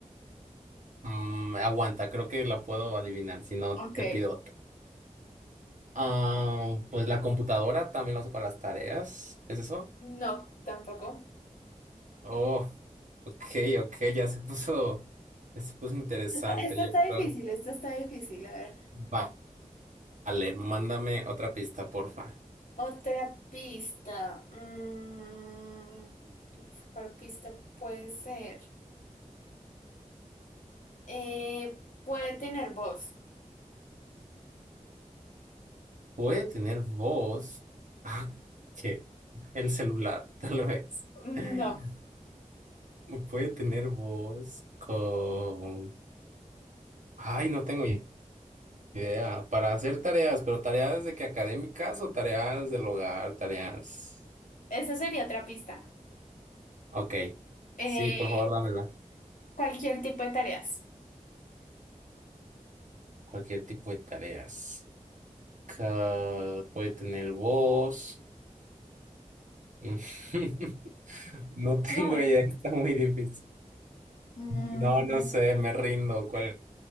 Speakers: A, on the right; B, on the left.
A: Mm, aguanta, creo que la puedo adivinar, si no
B: Ok.
A: te pido Ah, pues la computadora también la uso para las tareas. ¿Es eso?
B: No, tampoco.
A: Oh, ok, ok, ya se puso, se puso interesante,
B: Esta, esta
A: yo
B: está difícil,
A: creo.
B: esta está difícil. A ver.
A: Va- Vale, mándame otra pista, porfa.
B: Otra pista. Mm, uf, ¿cuál pista puede ser? Eh, puede tener voz.
A: ¿Puede tener voz? Ah, ¿qué? El celular, tal vez.
B: Mm,
A: <laughs>
B: No,
A: Puede tener voz con... Ay, no tengo i- idea. Para hacer tareas, pero tareas de que académicas o tareas del hogar, tareas...
B: esa sería otra pista.
A: Ok.
B: Eh,
A: Sí, por favor, dámela.
B: cualquier tipo de tareas.
A: Cualquier tipo de tareas. Ca- Puede tener voz. <laughs> No tengo
B: Nada.
A: idea, <laughs> está muy difícil.
B: Mm,
A: No, no sé, me rindo. ¿Cuál